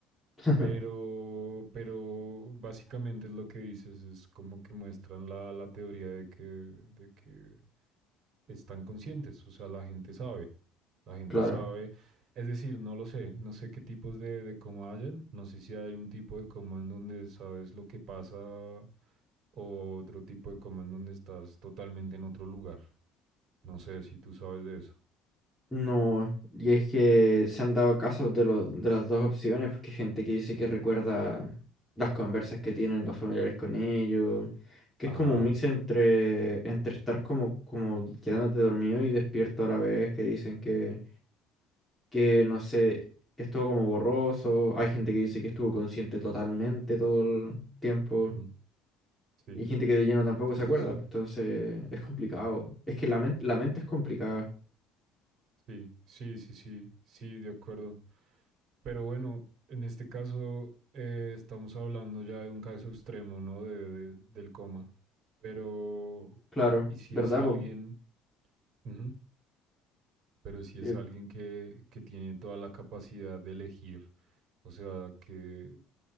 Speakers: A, in the centre; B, on the right.
A: <laughs>
B: Pero, pero básicamente es lo que dices, es como que muestran la, la teoría de que, de que están conscientes, o sea, la gente sabe, la gente
A: claro.
B: sabe, es decir, no lo sé, no sé qué tipos de, de coma hayan, no sé si hay un tipo de coma en donde sabes lo que pasa o otro tipo de coma en donde estás totalmente en otro lugar, no sé si tú sabes de eso.
A: No, y es que se han dado casos de, lo- de las dos opciones, porque hay gente que dice que recuerda las conversas que tienen los familiares con ellos, que
B: Ajá.
A: es como un mix entre, entre estar como, como quedándote dormido y despierto a la vez, que dicen que, que no sé, estuvo como borroso, hay gente que dice que estuvo consciente totalmente todo el tiempo,
B: ujú. Sí,
A: y hay gente que de lleno tampoco
B: sí,
A: se acuerda,
B: sí, sí,
A: pues, entonces es complicado, es que la, men- la mente es complicada,
B: sí, sí, sí, sí, sí, de acuerdo. Pero bueno, en este caso eh, estamos hablando ya de un caso extremo, ¿no? De, de- del coma. Pero,
A: claro,
B: ¿y si
A: ¿verdad?
B: es alguien,
A: po?
B: ujú, pero si es
A: Eh,
B: alguien que, que tiene toda la capacidad de elegir, o sea, que